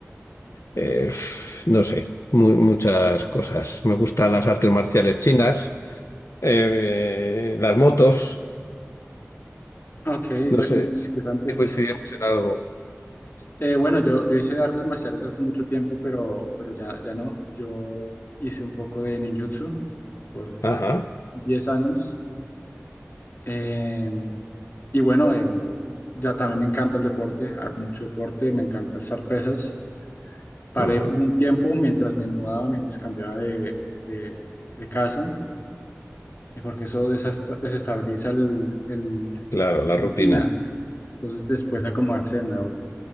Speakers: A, on the left; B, on the left.
A: eh, no sé, mu- muchas cosas. Me gustan las artes marciales chinas, eh, las motos,
B: Ok,
A: no
B: ve-
A: sé si
B: interesante.
A: si coincidimos en algo.
B: Eh, bueno, yo, yo hice artes marciales hace mucho tiempo, pero, pero ya, ya no. Yo hice un poco de ninjutsu por,
A: Ajá,
B: por 10 años. Eh, y bueno, eh, ya también me encanta el deporte, hago mucho deporte, me encanta alzar pesas. Paré
A: ujú,
B: por un tiempo mientras me mudaba, mientras cambiaba de, de de casa. eh, porque eso desasta- desestabiliza el, el
A: Claro, la
B: rutina,
A: rutina.
B: entonces después acomodarse de nuevo.